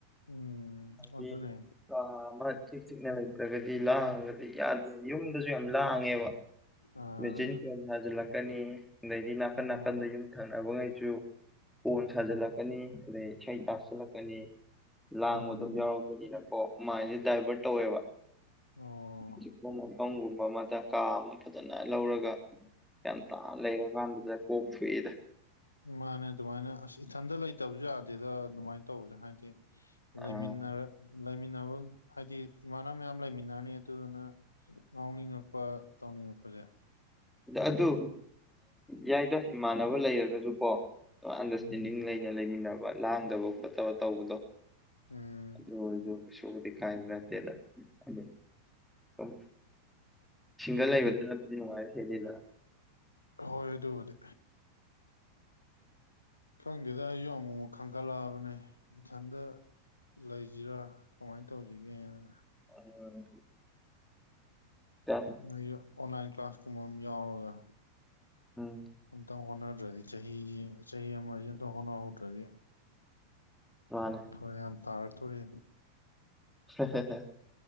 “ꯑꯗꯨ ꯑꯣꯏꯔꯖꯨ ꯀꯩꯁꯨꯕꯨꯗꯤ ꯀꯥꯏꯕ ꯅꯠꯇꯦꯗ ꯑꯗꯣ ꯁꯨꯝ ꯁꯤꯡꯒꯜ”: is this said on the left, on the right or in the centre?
Centre